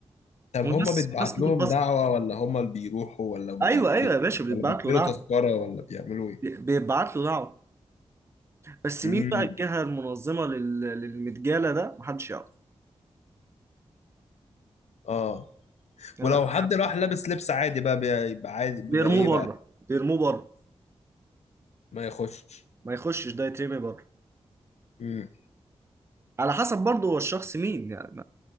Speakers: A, on the left; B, on the right.
A: طب
B: وناس
A: هما بيتبعت
B: ناس بتتبسط
A: لهم دعوة ولا هما اللي بيروحوا ولا بي...
B: أيوه أيوه
A: بي...
B: يا باشا بيتبعت
A: ولا بيشتروا
B: له دعوة
A: تذكرة ولا بيعملوا ايه
B: بيتبعت له دعوة بس
A: امم
B: مين بقى الجهة المنظمة لل... للمتجالة ده محدش يعرف
A: اه
B: يعني
A: ولو حد راح لابس لبس عادي بقى بي- بيبقى عادي بيبقى
B: بيرموه
A: ايه بقى
B: بره بيرموه بره
A: ما يخشش
B: ما يخشش ده يترمي بره
A: امم
B: على حسب برضه هو الشخص مين يعني